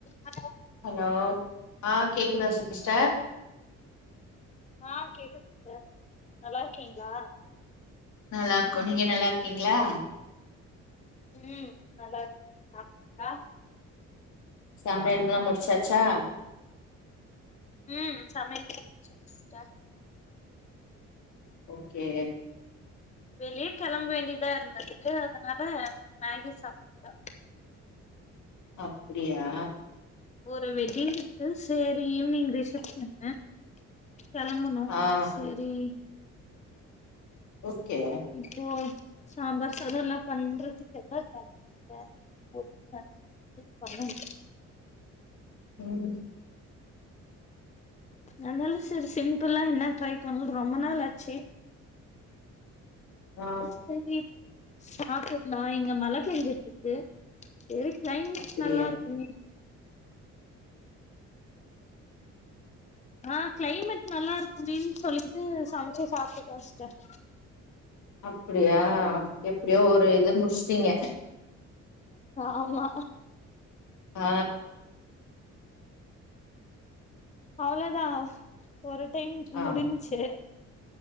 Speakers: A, on the left; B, on the left.
A: Hello
B: hello ஆ கேக்குதா sister
A: ஆ கேக்குது சிஸ்டர் நல்லா இருக்கீங்ளா?
B: நல்லாருக்கோ நீங்க நல்லா இருக்கீங்ளா?
A: ம் நல்லா இருக்க சாப் <inaudible>
B: சமயல்குலா முடிச்சாச்சா
A: ம் சமையல் எல்லா <inaudible> சிஸ்டர்
B: ஓகே
A: வெளிய கெளம்ப வேண்டியதா இருந்தது தே அதனால மேகி சாப்ட்டோ
B: அப்டியா
A: ஒரு வெட்டிங் இருக்கு சேரி ஈவினிங் ரிசப்ஷன்னு கெளம்பனு
B: ஆ
A: செரி
B: ஓகே
A: இப்போ சாம்பார் சாதோ எல்லா பண்றதுக்கு எல்லா த தா <inaudible> பண்ணணு
B: ம்
A: அனால செரி சிம்பிளா என்னா ட்ரை பண்ணி ரொம்ப நாள் ஆச்சு
B: ஆ
A: செரி சாப்பிட்லா இங்க மழ பெஞ்ச து செரி கிளைமட்
B: அப்டியா
A: நல்லா இருக்குமே ஆ கிளைமேட் நல்லா இருக்குமெனு சொல்லிட்டு சமச்சு சாப்டுக்குவே சிஸ்டர்
B: அப்டியா எப்டியோ ஒரு இது முடிச்ட்டீங்க
A: ஆமா
B: ஆ
A: அவ்ளோதா ஒரு டைம் முடிஞ்ச்சு
B: ஆமா